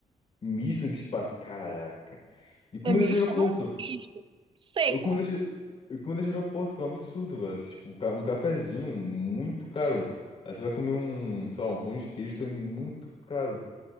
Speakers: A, on the left (about 45°); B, on the right (about 40°).
A: Misto no Beach Park, caraca. E comida
B: É misto
A: de aeroporto?
B: num misto, seco.
A: O comida de, o comida de aeroporto, que é um absurdo, velho. Que, tipo, ca- um cafezinho muito caro. Aí você vai comer um, sei lá, um pão de queijo também muito caro.